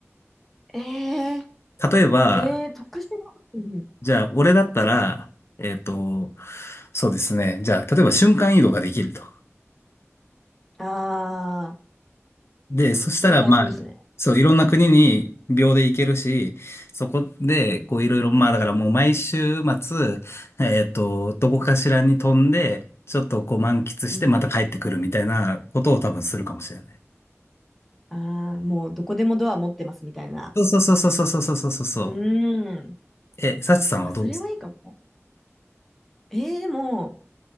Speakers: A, in the centre; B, on the left.
A: えー、
B: 例えば、
A: えー、特殊な。うんうん。
B: じゃあ俺だったら、えっと、そうですね。じゃあ、例えば瞬間移動ができると。
A: ああ、
B: で、そしたら、
A: それ最高ですね。
B: まあ、そう、いろんな国に秒で行けるし、そこで、こう、いろいろ、まあ、だからもう毎週末、えっと、どこかしらに飛んで、ちょっとこう満喫して、
A: うん。
B: また帰ってくるみたいなことを多分するかもしれない。
A: ああ、もうどこでもドア持ってますみたいな。
B: そうそうそうそうそうそうそうそうそ
A: うーん。
B: う。え、サチさんはどうですか
A: あ、それはいいかも。えー、でも、